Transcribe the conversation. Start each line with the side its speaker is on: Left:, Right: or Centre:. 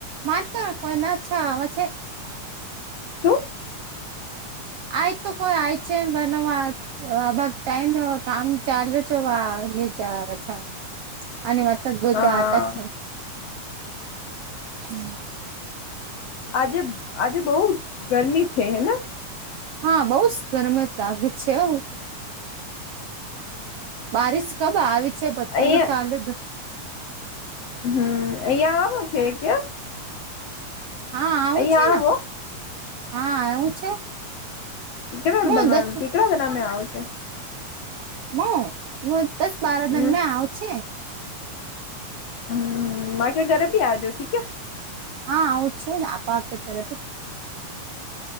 Right: માત્ર કોના છ આવે છે.
Left: શું?
Right: આ તો કોઈ આય છે વર નાવા આમાર ટાઈમ કામ ચાલુ છો વા નીચે આવે છે. આની વાત જ ગોતો
Left: હા
Right: આતા છે. હમ
Left: આજે આજે બહુ ગરમી છે હેન?
Right: હા બઉ ગરમ સાક છે આવું. બારીશ કબ આવે છે પતો
Left: અહિયાં
Right: નહીં ચાલું
Left: હમ અહિયાં આવ છ કેમ?
Right: હા આવું
Left: અહિયાં
Right: છે
Left: આવો
Right: ને, હા આવું છે.
Left: કેટલા
Right: મો
Left: બધ
Right: દસ
Left: કેટલા જના મે આવે છે?
Right: મું મું દસ બાર
Left: હમ
Right: દિનમેં આવુ છે.
Left: હમ માયકા ઘરે બી આવજો ઠીક હે.
Right: હા આવું જ છે ને આ પાકે ઘરે બી.